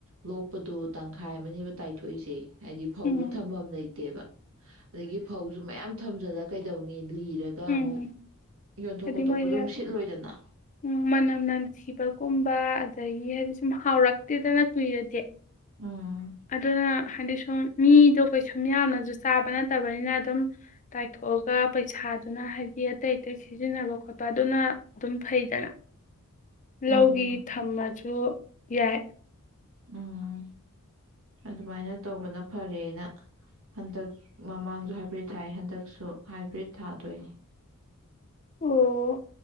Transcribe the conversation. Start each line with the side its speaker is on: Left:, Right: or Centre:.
Right: ꯂꯣꯛꯄꯗꯨ ꯇꯪꯈꯥꯏ ꯑꯃꯅꯦꯕ ꯇꯥꯏꯊꯣꯛꯏꯁꯦ ꯍꯥꯏꯗꯤ ꯐꯧꯗꯣ
Left: ꯎꯝ
Right: ꯊꯝꯐꯝ ꯂꯩꯇꯦꯕ ꯑꯗꯒꯤ ꯐꯧꯁꯨ ꯃꯌꯥꯝ ꯊꯝꯖꯔ ꯀꯩꯗꯧꯅꯤ ꯂꯤꯔꯒ ꯑꯃꯨꯛ
Left: ꯎꯝꯝ
Right: ꯌꯣꯟꯊꯣꯛ
Left: ꯍꯥꯏꯗꯤ
Right: ꯈꯣꯠꯇꯣꯛꯄꯗꯣ
Left: ꯃꯣꯏꯗ
Right: ꯑꯃꯨꯛ ꯁꯤꯠꯂꯣꯏꯗꯅ
Left: ꯎꯝ ꯃꯅꯝ ꯅꯝꯊꯤꯕꯒꯨꯝꯕ ꯑꯗꯒꯤꯗꯤ ꯁꯨꯝ ꯍꯥꯎꯔꯛꯇꯦꯗꯅ ꯀꯨꯏꯔꯗꯤ
Right: ꯎꯝ
Left: ꯑꯗꯨꯅ ꯍꯟꯗꯁ ꯁꯨꯝ ꯃꯤꯗꯣ ꯀꯩꯁꯨꯝ ꯌꯥꯝꯅꯁꯨ ꯆꯥꯕ ꯅꯠꯇꯕꯅꯤꯅ ꯑꯗꯨꯝ ꯇꯥꯏꯊꯣꯛꯑꯒ ꯄꯩꯁꯥ ꯑꯗꯨꯅ ꯍꯥꯏꯕꯗꯤ ꯑꯇꯩ ꯑꯇꯩ ꯁꯤꯖꯤꯟꯅꯕ ꯈꯣꯠꯄ ꯑꯗꯨꯅ ꯑꯗꯨꯝ ꯐꯩꯗꯅ ꯂꯧꯒꯤ
Right: ꯎꯝ
Left: ꯊꯝꯃꯁꯨ ꯌꯥꯏ
Right: ꯎꯝ ꯑꯗꯨꯃꯥꯏꯅ ꯇꯧꯕꯅ ꯐꯔꯦꯅ ꯍꯟꯗꯛ ꯃꯃꯥꯡꯁꯨ ꯍꯥꯏꯕ꯭ꯔꯤꯠ ꯊꯥꯏ ꯍꯟꯗꯛꯁꯨ ꯍꯥꯏꯕ꯭ꯔꯤꯠ ꯊꯥꯗꯣꯏꯅꯤ
Left: ꯑꯣ